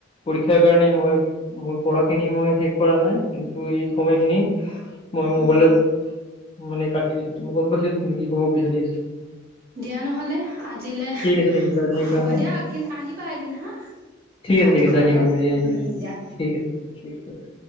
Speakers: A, on the left; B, on the right.
A: পৰীক্ষাৰ কাৰণে মই মোৰ পঢ়াখিনি মই শেষ কৰা নাই কিন্তু এই সময়খিনি মই মোবাইলত
B: উম
A: মানে কাটি দিছো মই গম পাইছো তুমি কি কব বিচাৰি আছা
B: দিয়া নহলে আজিলৈ
A: ঠিক আছে ঠিক আছে আজিৰ
B: হ'ব
A: কাৰণে
B: দিয়ক কি আহিবা এদিন হা
A: ঠিক
B: ভাত
A: আছে ঠিক আছে
B: খোৱাকে
A: আহিম আহিম এ আহিম
B: উম দিয়া
A: ঠিক আছে ঠিক আছে